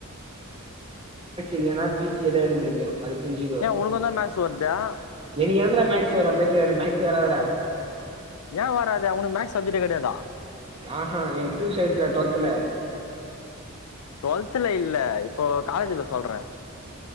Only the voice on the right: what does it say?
இல்லேன்னா பி சி ஏ தா எடுக் முடியு அது புரிஞ்சிக்கோ
என்னியா எப்ட்றா மேக்ஸ் வரு பைத்தியகாரா மேக்ஸே வராதுடா
ஆஹா எனக்கு பியூர் சயின்ஸ் ரா டுவெல்த்ல